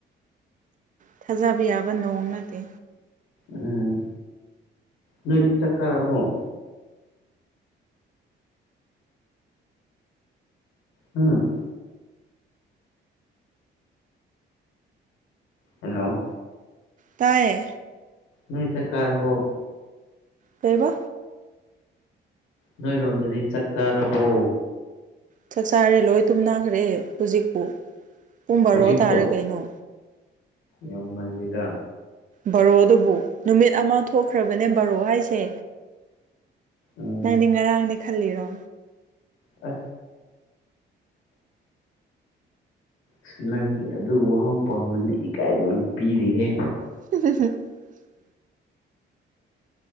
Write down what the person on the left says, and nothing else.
ꯎꯝ ꯃꯦꯔꯤ ꯇ ꯀꯥꯔꯃꯣꯟ ꯑꯝ ꯍꯜꯂꯣ
ꯅꯏꯇ ꯀꯥꯕꯣ
ꯅꯣꯏꯔꯣꯝꯗꯗꯤ ꯆꯥꯛ ꯆꯥꯔꯕꯣ
ꯍꯧꯖꯤꯛꯄꯣ
ꯌꯥꯝ ꯉꯜꯂꯤꯗ
ꯎꯝ
ꯑ ꯑ ꯅꯪꯒꯤ ꯑꯗꯨ ꯋꯥꯍꯪ ꯄꯥꯎ ꯅꯅ ꯏꯀꯥꯏꯕ ꯑꯃ ꯄꯤꯔꯤꯍꯦ